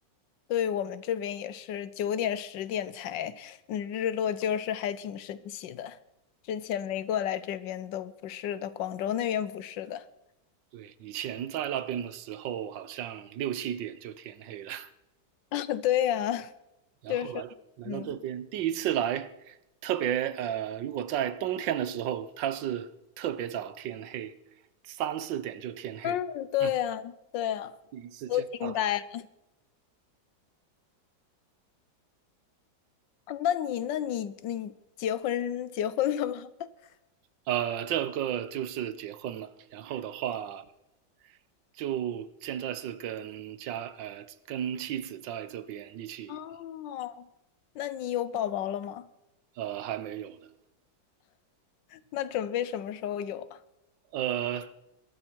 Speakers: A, on the left; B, on the right.
A: 对，我们这边也是九点十点才，嗯，日落就是还挺神奇的。之前没过来这边都不是的，广州那边不是的。
B: 对，以前在那边的时候，好像六七点就天黑了。
A: <laughs> 对呀，
B: 然后来来到这边，
A: 就是，嗯。
B: 第一次来，特别呃，如果在冬天的时候，它是特别早天黑，三四点就天黑。
A: 嗯，对呀，
B: 嗯，
A: 对呀，
B: 第一次见到，
A: 都惊呆了。那你，那你，你结婚结婚了吗？<laughs>
B: 呃，这个就是结婚了，然后的话，就现在是跟家呃跟妻子在这边一起，
A: 哦，那你有宝宝了吗？
B: 呃，还没有的，
A: 那准备什么时候有啊？
B: 呃，